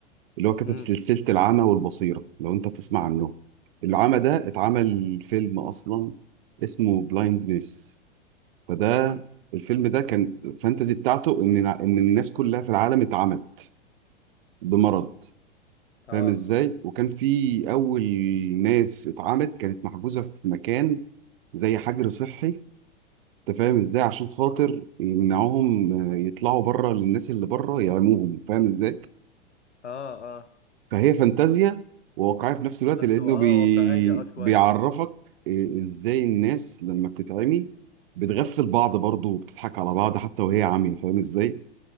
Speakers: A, on the right; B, on the left.
A: اللي هو كتب
B: امم
A: سلسلة العمى والبصيرة لو انت تسمع عنه العمى ده اتعمل فيلم اصلا اسمه بلايندنس فده
B: امم
A: الفيلم ده كان فانتزي بتاعته ان ان الناس كلها في العالم اتعمت بمرض
B: اه
A: فاهم ازاي وكان في اول ناس اتعمت كانت محجوزة في مكان زي حجر صحي انت فاهم ازاي عشان خاطر يمنعوهم آه، يطلعوا بره للناس اللي بره يعموهم فاهم ازاي
B: اه آه.
A: فهي فانتازيا وواقعيه في نفس الوقت
B: بس
A: لانه
B: هو اه
A: بي...
B: واقعية اه شوية
A: بيعرفك آه، ازاي الناس لما بتتعمي بتغفل بعض برضه وبتضحك على بعض حتى وهي عاميه فاهم ازاي